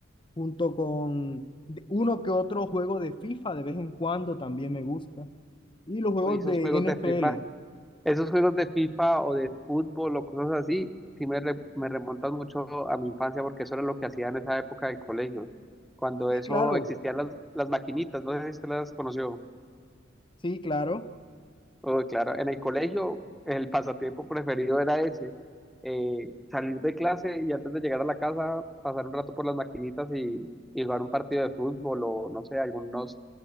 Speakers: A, on the left (about 25°); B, in the centre.
A: junto con de- uno que otro juego de FIFA de vez en cuando también me gusta. Y los juegos
B: Uy, esos
A: de
B: juegos
A: NFL.
B: de FIFA, esos juegos de FIFA o de fútbol o cosas así, sí me, re- me remontan mucho a mi infancia porque eso era lo que hacía en esa época del colegio, cuando
A: Sí,
B: eso
A: claro.
B: existían las, las maquinitas, no sé si usted las conoció.
A: Sí, claro.
B: Oh, claro, en el colegio el pasatiempo preferido era ese, eh, salir de clase y antes de llegar a la casa pasar un rato por las maquinitas y, y jugar un partido de fútbol o no sé, algunos